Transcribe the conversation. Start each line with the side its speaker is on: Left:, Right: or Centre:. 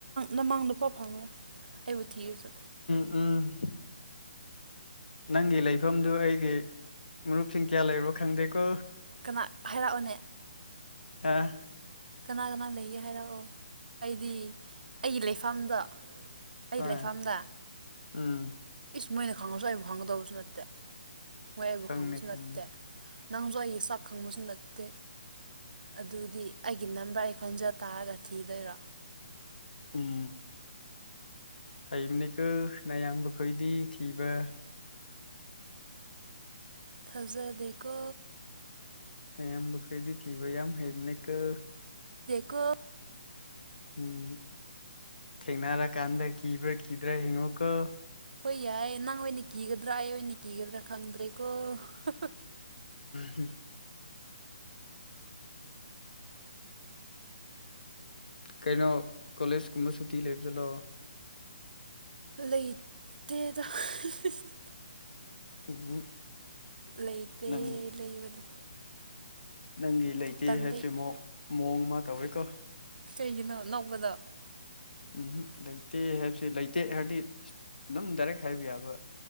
Right: ꯅꯃꯥꯡꯗꯐꯥꯎ ꯐꯪꯉꯣꯢ ꯑꯩꯕꯨ ꯊꯤꯔꯁꯨ
Left: ꯑꯝ ꯅꯪꯒꯤ ꯂꯩꯐꯝꯗꯨ ꯑꯩꯒꯤ ꯃꯔꯨꯞꯁꯤꯡ ꯀꯌꯥ ꯂꯩꯔꯣ ꯈꯪꯗꯦꯀꯣ
Right: ꯀꯅꯥ ꯍꯥꯏꯔꯛꯑꯣꯅꯦ
Left: ꯑꯥ
Right: ꯀꯅꯥ ꯀꯅꯥ ꯂꯩꯒꯦ ꯍꯥꯏꯔꯛꯑꯣ ꯑꯩꯗꯤ ꯑꯩꯒꯤ ꯂꯩꯐꯝꯗꯣ ꯑꯩꯒꯤ
Left: ꯍꯣꯏ
Right: ꯂꯩꯐꯝꯗ
Left: ꯎꯝ
Right: ꯑꯥ ꯃꯣꯏꯅ ꯈꯪꯉꯁꯨ ꯑꯩꯕꯨ ꯈꯪꯒꯗꯕꯁꯨ ꯅꯠꯇꯦ ꯃꯣꯏ ꯑꯩꯕꯨ
Left: ꯈꯪꯅꯤ
Right: ꯈꯪꯕꯁꯨ
Left: ꯈꯪꯅꯤ
Right: ꯅꯠꯇꯦ ꯅꯪꯁꯨ ꯑꯩꯒꯤ ꯆꯥꯛ ꯈꯪꯕꯁꯨ ꯅꯠꯇꯦ ꯑꯗꯨꯗꯤ ꯑꯩꯒꯤ ꯅꯝꯕꯔ ꯑꯩ ꯈꯣꯟꯖꯦꯜ ꯇꯥꯔꯒ ꯊꯤꯗꯣꯏꯔꯣ
Left: ꯎꯝ ꯍꯩꯕꯅꯤꯀꯣ ꯅꯌꯥꯝꯕ ꯈꯣꯢꯗꯤ ꯊꯤꯕ
Right: ꯊꯥꯖꯥꯗꯦꯀꯣ
Left: ꯅꯌꯥꯝꯕꯈꯣꯏꯗꯤ ꯊꯤꯕ ꯌꯥꯝ ꯍꯩꯕꯅꯦꯀꯣ
Right: ꯀꯣ
Left: ꯎꯝ ꯊꯦꯡꯅꯔꯀꯥꯟꯗ ꯀꯤꯕ꯭ꯔꯥ ꯀꯤꯗ꯭ꯔꯥ ꯍꯤꯡꯉꯣꯀꯣ
Right: ꯍꯣꯏ ꯌꯥꯏ ꯅꯪ ꯑꯣꯏꯅ ꯀꯤꯒꯗ꯭ꯔꯥ ꯑꯩ ꯑꯣꯏꯅ ꯀꯤꯒꯗ꯭ꯔꯥ ꯈꯪꯗ꯭ꯔꯦꯀꯣ ꯍꯥꯍꯥ
Left: ꯎꯝ ꯀꯩꯅꯣ ꯀꯣꯂꯦꯖ ꯀꯨꯝꯕ ꯁꯨꯇꯤ ꯂꯩꯕꯖꯥꯠꯂꯣ
Right: ꯂꯩꯇꯦꯗ ꯍꯤꯍꯤꯍꯤ
Left: ꯎꯝ
Right: ꯂꯩꯇꯦ
Left: ꯅꯪꯒꯤ
Right: ꯂꯩꯕꯗꯤ
Left: ꯅꯪꯒꯤ ꯂꯩꯇꯦ
Right: ꯇꯟꯕꯩ
Left: ꯍꯥꯏꯕꯁꯦꯃꯨꯛ ꯃꯑꯣꯡ ꯑꯃ ꯇꯧꯋꯦꯀꯣ
Right: ꯀꯩꯒꯤꯅꯣ ꯅꯣꯛꯕꯗꯣ
Left: ꯎꯝꯍꯝ ꯂꯩꯇꯦ ꯍꯥꯏꯕꯁꯤ ꯂꯩꯇꯦ ꯍꯥꯏꯕꯗꯤ ꯑꯗꯨꯝ ꯗꯥꯏꯔꯦꯛ ꯍꯥꯏꯕ ꯌꯥꯕ